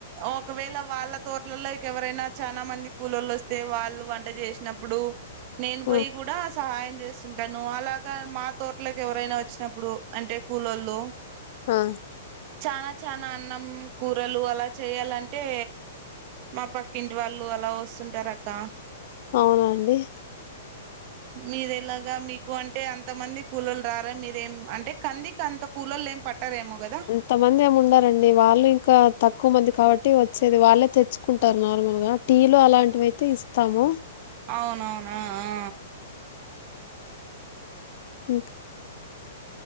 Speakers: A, on the right; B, on the left.
A: ఆ ఒకవేళ వాళ్ళత్ తోట్లోల్లకి ఎవరైనా, చానా మంది కూలోల్లోస్తే వస్తే వాళ్ళు వంట చేసినప్పుడు నేను పోయి
B: ఆ
A: డా సహాయం చేస్తుంటాను. అలాగా మా తోటలకి ఎవరైనా వచ్చినప్పుడు అంటే కూలోళ్ళు
B: ఆ
A: చానా చానా అన్నం కూరలు అలా చేయాలంటే, మా పక్కింటి వాళ్ళు అలా వస్తుంటరు అక్క.
B: అవునండి
A: మీరెలాగా? మీకు అంటే అంతమంది కూలొళ్ళు రారా? మీరేం అంటే కందికి అంత కూలోళ్ళు ఏం పట్. పట్టారేమో గదా?
B: తమంది ఏం ఉండరండి. వాళ్ళు ఇంకా తక్కువ మంది కాబట్టి వచ్చేది వాళ్ళే తెచ్చుకుంటారు నార్మల్ గా. టీలు అలాంటివయితే ఇస్తాము.
A: అవునవును. ఆ ఆ
B: ఇంక్